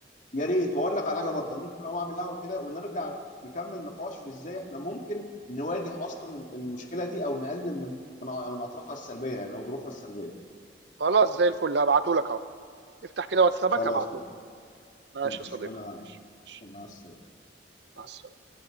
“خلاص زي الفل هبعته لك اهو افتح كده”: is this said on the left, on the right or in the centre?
Right